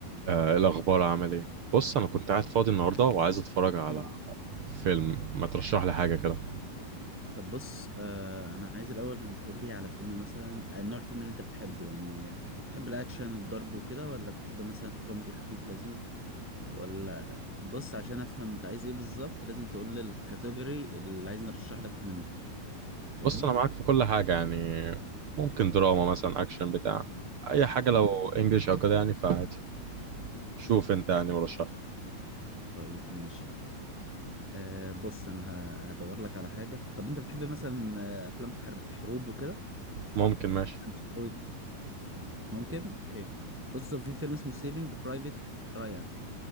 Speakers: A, on the right; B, in the centre.
A: آه، إيه الأخبار عامل إيه؟ بص أنا كنت قاعد فاضي النهاردة وعايز أتفرج على
B: جامد.
A: فيلم ما ترشح لي حاجة كده
B: طب بص آه انا عايز الاول تقول لي على فيلم مثلا آه، نوع الفيلم اللي انت بتحبه يعني بتحب الاكشن والضرب وكده ولا بتحب مثلا كوميدي خفيف لذيذ ولا بص عشان افهم انت عايز ايه بالظبط لازم تقول لي الكاتيجوري اللي عايز نرشح لك منه فاهمني
A: بص أنا معاك في كل حاجة يعني ممكن دراما مثلا أكشن بتاع أي حاجة لو
B: مم.
A: إنجليش أو كده يعني فعادي شوف أنت يعني ورشح
B: طيب ماشي آه بص انا ه- هدور لك على حاجة طب انت بتحب مثلا آه، افلام حرب حروب وكده
A: ممكن ماشي
B: مش قوي ممكن اوكي بص هو في فيلم اسمه سيفنج برايفت رايان